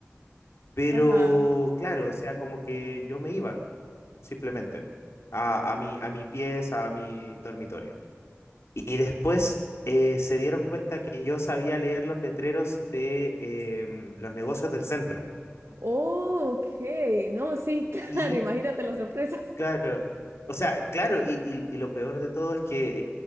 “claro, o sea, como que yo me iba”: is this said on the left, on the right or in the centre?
Left